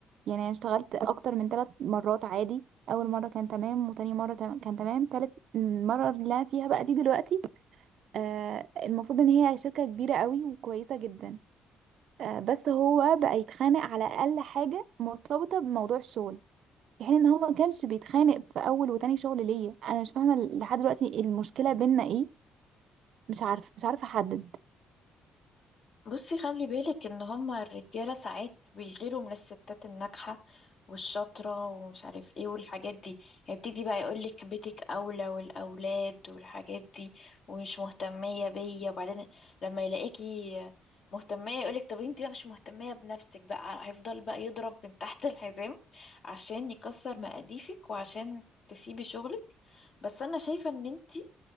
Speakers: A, on the right; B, on the left.
A: يعني انا اشتغلت اكتر من ثلاث مرات عادي اول مرة كان تمام وتاني مرة تم- كان تمام تالت مرة اللي أنا فيها بقى دي دلوقتي آه المفروض ان هي شركة كبيرة قوي وكويسة جدا آه بس هو بقى يتخانق على اقل حاجة مرتبطة بموضوع الشغل في حين ان هو ما كانش بيتخانق في اول وتاني شغل ليا انا مش فاهمه لحد دلوقتي المشكله بينا ايه مش عارفه مش عارفه احدد
B: بصي خلي بالك ان هما الرجالة ساعات بيغيروا من الستات الناجحة والشاطرة ومش عارف ايه والحاجات دي هيبتدي بقى يقولك بيتك اولى والاولاد والحاجات دي ومش مهتمية بيا وبعدين لما يلاقيكي مهتمية يقولك طب انتي بقى مش مهتمية بنفسك بقى هيفضل بقى يضرب من تحت الحزام عشان يكسر مقاديفك وعشان تسيبي شغلك بس انا شايفة ان انتي